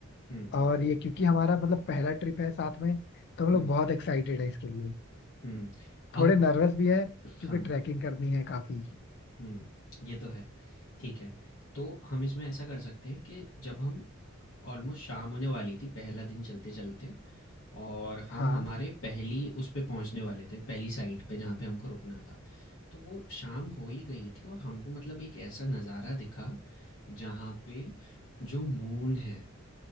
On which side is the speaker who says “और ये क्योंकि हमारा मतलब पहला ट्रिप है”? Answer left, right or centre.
Left